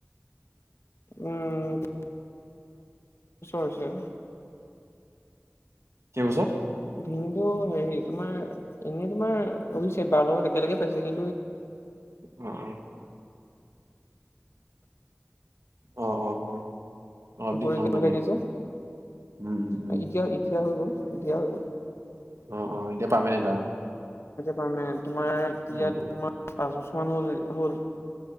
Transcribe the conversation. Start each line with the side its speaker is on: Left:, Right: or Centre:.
Left: উমছ হৈছে <unintelligible>
Right: কেইবছৰ
Left: ভিনদেউ। হেৰি তোমাৰ এনেই তোমাৰ অভিষেক তাৰ লগত একে লগে পাইছিল
Right: উম অ অ অ অ অলপ দিন
Left: পৰীক্ষা
Right: হ'ল মানে
Left: হৈ থাকে যে
Right: উম উম উম
Left: এতিয়া এতিয়া হৈ গল এতিয়া হৈ গল।
Right: অ অ এতিয়া পামেন্ট আৰু।
Left: প নাই তোমাৰ এতিয়া
Right: উম
Left: তোমাৰ
Right: উম
Left: পাঁচ বছৰমান হ'ল হ'ল।